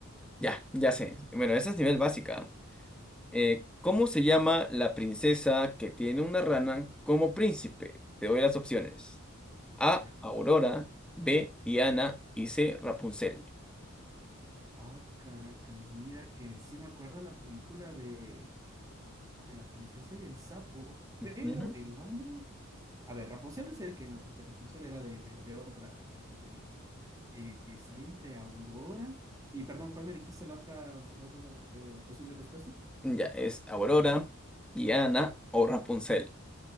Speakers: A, in the centre; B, on the right.
A: Ya, ya sé. Bueno, esa es nivel básica. ¿ah? Eh, ¿cómo se llama la princesa que tiene una rana como príncipe? Te doy las opciones. A,
B: ¿Ya?
A: Aurora, B, Diana y C, Rapunzel.
B: Ah, caracas, mira que sí me acuerdo la película de, de la princesa y el sapo, pero
A: Ujú.
B: el nombre A ver, Rapunzel sé que no, porque Rapunzel era de, de- de otra, de otra película. Eh, estaría entre Aurora y, perdón, ¿cuál me dijiste la otra, la otra eh, posible respuesta?
A: Ya, es Aurora, Diana
B: Ya.
A: o Rapunzel.